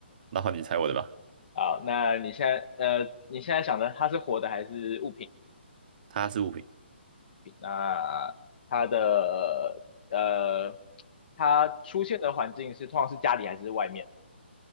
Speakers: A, on the right; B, on the left.
A: 那换你猜我的吧。
B: <laughs> 好，那你现在呃，你现在想的它是活的还是物品？
A: 它是物品，
B: 品，那它的呃，它出现的环境是通常是家里还是外面